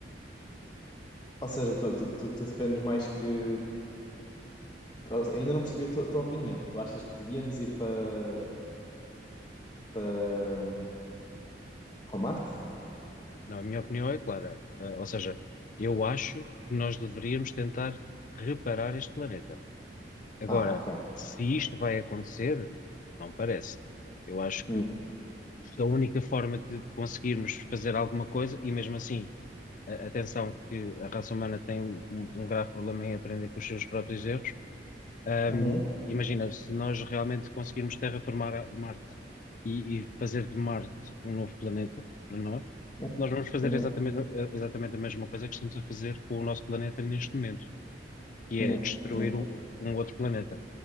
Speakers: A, on the left; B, on the left.
A: Ou seja, tu, tu, tu, tu defendes mais que. ou seja, Ainda não percebi a tua, tua opinião. Tu achas que devíamos ir para para, para Marte?
B: Não, a minha opinião é clara. Ah, ou seja, eu acho que nós deveríamos tentar reparar este planeta. Agora,
A: Ah, ok.
B: se isto vai acontecer, não parece. Eu acho que
A: Hum.
B: a única forma de de conseguirmos fazer alguma coisa, e mesmo assim, a- atenção que a raça humana tem um, um um grave problema em aprender com os seus próprios erros. Ahm,
A: Uhum.
B: imagina, se nós realmente conseguirmos terraformar a- Marte e, e fazer de Marte um novo planeta para nós,
A: Uhum.
B: nós vamos fazer
A: Uhum.
B: exatamente, a- exatamente a mesma coisa que estamos a fazer com o nosso planeta neste momento, que
A: Yeah.
B: é destruir
A: Yeah.
B: o- um outro planeta